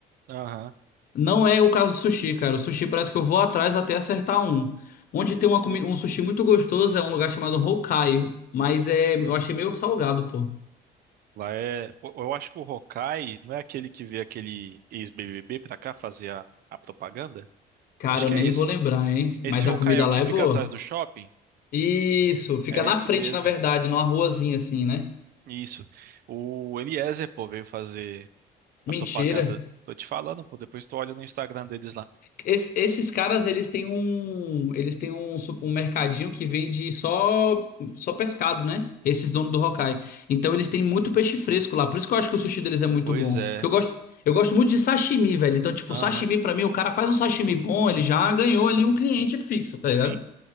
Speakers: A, on the right (about 60°); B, on the left (about 60°).
A: Aham.
B: Não é o caso do sushi, cara. O sushi parece que eu vou atrás até acertar um. Onde tem uma comi- um sushi muito gostoso é um lugar chamado Hokkaido, mas é, eu achei meio salgado, pô.
A: Lá é. Eu eu acho que o Hokkai não é aquele que vê aquele ex-BBB pra cá fazer a, a propaganda?
B: Cara,
A: Acho que
B: eu nem
A: é esse,
B: vou lembrar,
A: pô.
B: hein?
A: Esse
B: Mas
A: Hokkai
B: a comida
A: é o
B: lá
A: que
B: é
A: fica
B: boa.
A: atrás do shopping?
B: Isso, fica
A: É
B: na
A: esse
B: frente,
A: mesmo.
B: na verdade, numa ruazinha assim, né?
A: Isso. O Eliezer, pô, veio fazer
B: Mentira.
A: a propaganda. Tô te falando, pô. Depois tu olha no Instagram deles lá.
B: Es- esses caras, eles têm um, eles têm um, su- um mercadinho que vende só só pescado, né? Esses donos do Hokkai. Então eles têm muito peixe fresco lá. Por isso que eu acho que o sushi deles é muito
A: Pois
B: bom.
A: é.
B: Porque eu gosto, eu gosto muito de sashimi, velho. Então, tipo,
A: Aham.
B: sashimi pra mim, o cara faz um sashimi bom, ele já ganhou ali um cliente fixo, tá ligado?
A: Sim.